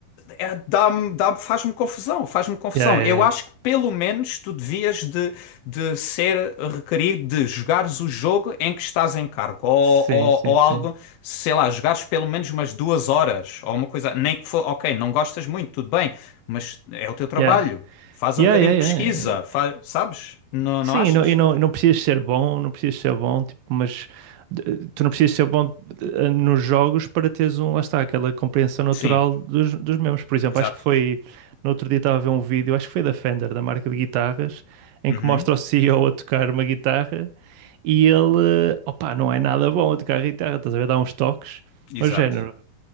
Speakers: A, on the left; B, on the right.
A: É, dá-me, dá-me, faz-me confusão, faz-me confusão.
B: Yeah, yeah,
A: Eu
B: yeah.
A: acho que pelo menos tu devias de, de ser requerido de jogares o jogo em que estás em cargo, ou,
B: Sim,
A: ou,
B: sim,
A: ou
B: sim.
A: algo, sei lá, jogares pelo menos umas duas horas, ou uma coisa, nem que for, ok, não gostas muito, tudo bem, mas é o teu trabalho.
B: Yeah.
A: Faz
B: Yeah,
A: um bocadinho
B: yeah,
A: de pesquisa,
B: yeah.
A: faz, sabes? Não,
B: Sim,
A: não achas?
B: e não, e não, e não precisas ser bom, não precisas ser bom, tipo, mas eh, tu não precisas ser bom eh, nos jogos para teres um, lá está, aquela compreensão natural
A: Sim,
B: dos, dos mesmos. Por exemplo,
A: exato.
B: acho que foi, no outro dia estava a ver um vídeo, acho que foi da Fender, da marca de guitarras, em
A: Uhum,
B: que mostra o <laughs> CEO a tocar uma guitarra e ele, opá, não é nada bom a tocar guitarra, estás a ver, dá uns toques,
A: exato.
B: mas género.